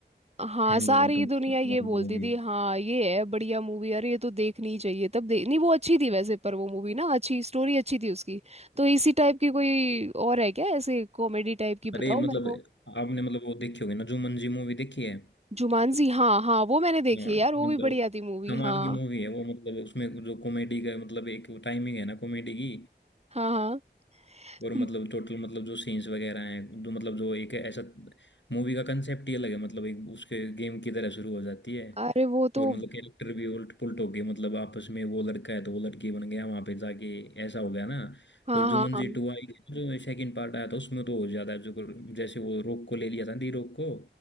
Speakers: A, on the right; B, on the left.
A: हाँ
B: हैंगओवर
A: सारी
B: तो मतलब
A: दुनिया ये बोलती
B: मूवी
A: थी
B: है
A: हाँ ये है बढ़िया मूवी अरे ये तो देखनी ही चाहिए तब दे नहीं वो अच्छी थी वैसे पर वो मूवी ना अच्छी स्टोरी अच्छी थी उसकी तो इसी टाइप की कोई और है क्या ऐसे कॉमेडी टाइप की बताओ
B: अरे मतलब
A: मेरे को
B: आपने मतलब वो देखी होगी ना जुमंजी मूवी देखी है
A: जुमानजी हाँ हाँ वो मैंने देखी
B: हाँ
A: है यार
B: मतलब
A: वो भी बढ़िया थी मूवी
B: कमाल
A: हाँ
B: की मूवी है वो मतलब उसमें जो कॉमेडी का मतलब एक टाइमिंग है ना कॉमेडी की
A: हाँ हाँ
B: और मतलब
A: हम्म,
B: टोटल मतलब जो सीन्स वगैरह हैं जो मतलब जो एक ऐसा मूवी का कंसेप्ट ही अलग है मतलब एक उसके गेम की तरह शुरू हो जाती है
A: अरे वो
B: और
A: तो
B: मतलब कैरेक्टर भी उल्ट पुलट हो गए मतलब आपस में वो लड़का है तो वो लड़की बन गया वहां पे जाके ऐसा हो गया ना
A: हाँ
B: और जुमंजी
A: हाँ हाँ
B: टू आई जो सेकंड पार्ट आया था उसमें तो और ज्यादा जो जैसे वो रोक को ले लिया था दी रोक को